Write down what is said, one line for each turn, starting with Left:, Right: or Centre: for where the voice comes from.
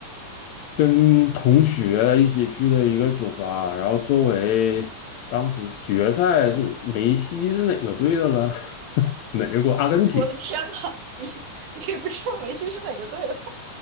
Left: 跟同学一起去的一个酒吧，然后周围当时决赛是梅西是哪个队的了？<laughs> 哪个国？阿根廷。
Right: 我的天呐，你你也不知道梅西是哪个队的？